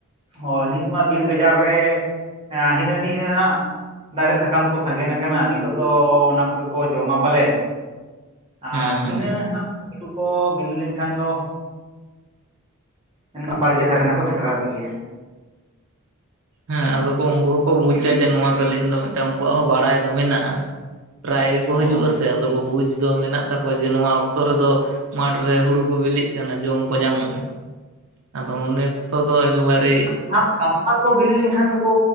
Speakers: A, on the right; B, on the right.
A: ᱦᱚᱭ ᱱᱤᱛ ᱢᱟ ᱵᱤᱨ ᱜᱟᱡᱟᱲ ᱨᱮ ᱟᱸ ᱦᱤᱱᱟᱹ ᱱᱤᱭᱟᱹ ᱦᱟᱸᱜ ᱫᱟᱨᱮ ᱥᱟᱠᱟᱢ ᱠᱚ ᱥᱟᱜᱮᱱ ᱟᱠᱟᱱᱟ ᱱᱤᱛᱳᱜ ᱫᱚ ᱚᱱᱟ ᱠᱚᱜᱮ ᱠᱚ ᱡᱚᱢᱟ ᱯᱟᱞᱮ? ᱟᱨ
B: ᱦᱮᱸ ᱦᱮᱸ
A: ᱤᱱᱟᱹ ᱦᱟᱸᱜ ᱩᱞ ᱠᱚ ᱵᱤᱞᱤ ᱞᱮᱱᱠᱷᱟᱱ ᱫᱚ ᱢᱮᱱᱠᱷᱟ ᱵᱟᱲᱜᱮ ᱫᱷᱟᱨᱮᱱ ᱦᱚᱸᱠᱚ ᱥᱮᱴᱮᱨ ᱟᱯᱮ ᱜᱮᱭᱟ᱾
B: ᱦᱮᱸ ᱟᱫᱚ ᱠᱚ ᱩᱱᱠᱩ ᱦᱚᱸᱠᱚ ᱵᱩᱡᱟ ᱡᱮ ᱱᱚᱣᱟ ᱠᱟᱹᱞᱤᱱ ᱫᱚ ᱢᱤᱫᱴᱟᱝ ᱩᱱᱠᱩᱣᱟᱜ ᱦᱚᱸ ᱵᱟᱲᱟᱭ ᱫᱚ ᱢᱮᱱᱟᱜ-ᱟ᱾ ᱯᱨᱟᱭ ᱜᱮᱠᱚ
A: ᱚ
B: ᱦᱤᱡᱩᱜ-ᱟ ᱥᱮ ᱟᱫᱚ ᱠᱚ ᱵᱩᱡᱽ ᱫᱚ ᱢᱮᱱᱟᱜ ᱛᱟᱠᱚᱣᱟ ᱡᱮ ᱱᱚᱣᱟ ᱚᱠᱛᱚ ᱨᱮᱫᱚ ᱢᱟᱴ ᱨᱮ ᱦᱩᱲᱩ ᱠᱚ ᱵᱤᱞᱤᱜ ᱠᱟᱱᱟ ᱡᱚᱢ ᱠᱚ ᱧᱟᱢᱚᱜ-ᱟ᱾ ᱟᱫᱚ ᱩᱱᱮ ᱚᱠᱛᱚ ᱫᱚ ᱮᱠᱮᱵᱟᱨᱮ
A: ᱛᱷᱟᱸᱲ ᱠᱟᱱᱛᱷᱟᱲ ᱠᱚ ᱵᱤᱞᱤ ᱞᱤᱱᱠᱷᱟᱱ ᱫᱚᱠᱚ